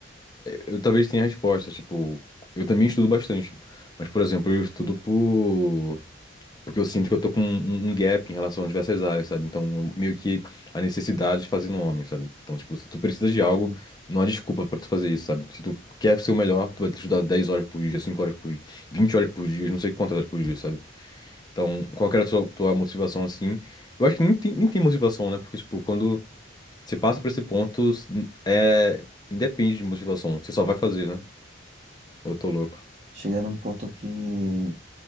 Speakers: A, on the left (about 20°); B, on the right (about 30°).
A: eu talvez tenha a resposta, tipo, eu também estudo bastante. Mas, por exemplo, eu estudo por Porque eu sinto que eu tô com um, um gap em relação a diversas áreas, sabe? Então, meio que a necessidade de fazer no homem, sabe? Então, tipo, se tu precisa de algo,
B: E
A: não há desculpa pra tu fazer isso, sabe? Se tu quer ser o melhor, tu vai estudar dez horas por dia, cinco horas por dia, vinte horas por dia, não sei quantas horas por dia, sabe? Então, qual que era a tua, tua motivação assim? Eu acho que nem tem, nem tem motivação, né? Porque, tipo, quando você passa pra esse ponto, é... independe de motivação. Você só vai fazer, né? Eu tô louco.
B: Chegando num ponto que.